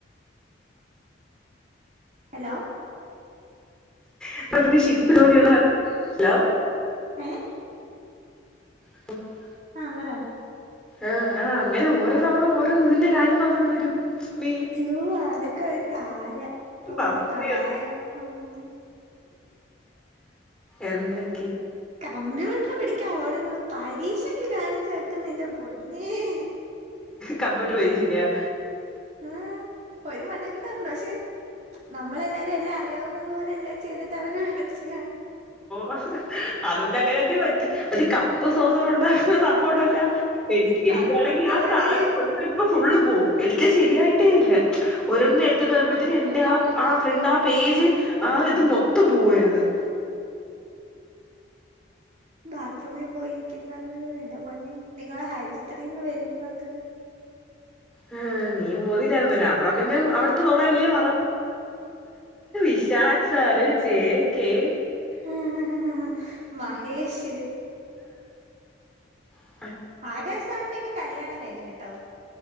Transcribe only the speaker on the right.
ഹലോ
ഏഹ് -
ആഹ് പറ-
അയ്യോ അതൊക്കെ ഒരു കാലം
ഒരു പ്രായം ഉം-
കമ്പ്യൂട്ടർ പഠിക്കാൻ ഓടുന്നത് പരീക്ഷക്ക് കാണിച്ചു വെക്കുന്ന എന്റെ പൊന്നേ-
ആഹ് ഒരു മണ്ണാകട്ടേ അർഞ്ഞുട പക്ഷെ- നമ്മളെല്ലാരും എല്ലാം അറിയാവുന്നതു പോലെല്ലാം ചെയ്തിട്ട് അവര് വിളിച്ച് -
സത്യടി
ബാത്റൂമിൽ പോയിരിക്കുന്നത് എന്റെ പൊന്നെ നിങ്ങളെ ഹരിസ്ത്രീന്ന് വരുന്നത്-
<unintelligible> മഹേഷ്
ആകാശ് സാറിന്റെക്കകല്യാണം കഴിഞ്ഞ ട്ടോ